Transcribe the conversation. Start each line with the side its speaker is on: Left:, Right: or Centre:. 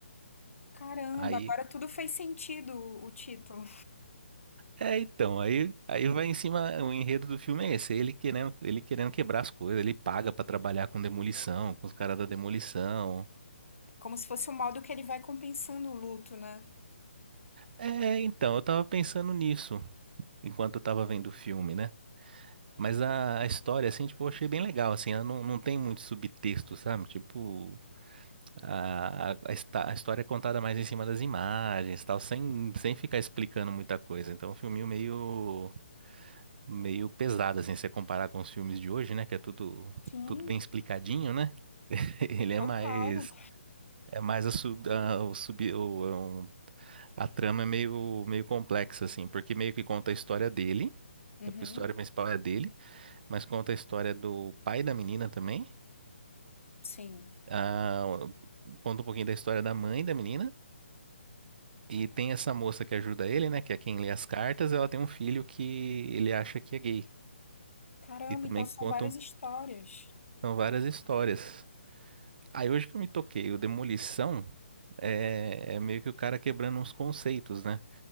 Left: Caramba,
Right: Aí
Left: agora tudo fez sentido o o título.
Right: É, então, aí, aí vai em cima, o enredo do filme é esse, ele querendo, ele querendo quebrar as coisas, ele paga pra trabalhar com demolição, com os caras da demolição.
Left: Como se fosse o modo que ele vai compensando o luto, né?
Right: É, então, eu tava pensando nisso enquanto eu tava vendo o filme, né? Mas a, a história, assim, tipo, eu achei bem legal, assim, ela não, não tem muito subtexto, sabe? Tipo, a, a, a histó- a história é contada mais em cima das imagens, tal, sem, sem ficar explicando muita coisa. Então, é um filminho meio meio pesado, assim, se você comparar com os filmes de hoje, né? Que é tudo,
Left: Sim,
Right: tudo bem explicadinho, né? <laughs> Ele é
Left: total.
Right: mais. É mais a, su- a- o sub, o- é um- a trama é meio, meio complexa, assim, porque meio que conta a história dele,
Left: Uhum,
Right: a história principal é dele, mas conta a história do pai da menina também,
Left: sim.
Right: ah, conta um pouquinho da história da mãe da menina, e tem essa moça que ajuda ele, né, que é quem lê as cartas, ela tem um filho que ele acha que é gay,
Left: Caramba,
Right: e também
Left: então são
Right: contam
Left: várias histórias.
Right: são várias histórias. Aí hoje que eu me toquei, o Demolição é, é meio que o cara quebrando uns conceitos, né?